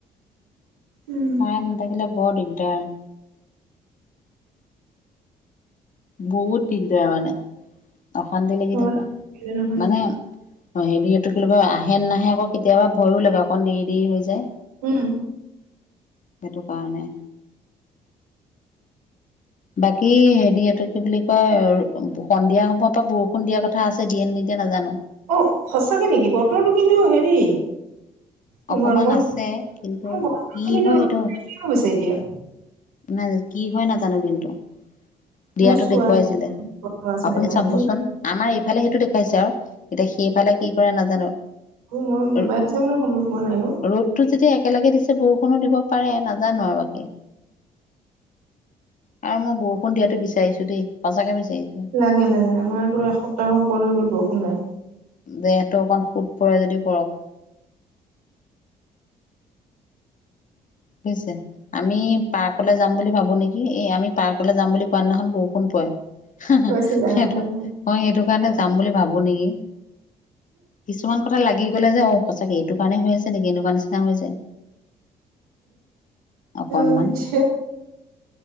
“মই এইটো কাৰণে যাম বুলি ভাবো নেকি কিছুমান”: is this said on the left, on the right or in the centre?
Left